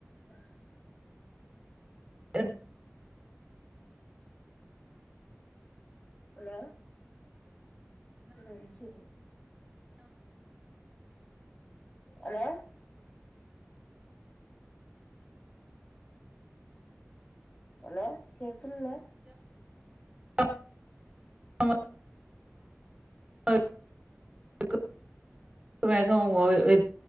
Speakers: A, on the left; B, on the right.
A: ആഹ <inaudible>
B: എഹ്
A: ഹെലോ റേഞ്ചില്ല ഹലോ ഹലോ കേക്കണില്ല
B: <unintelligible> <unintelligible> വേഗം <unintelligible>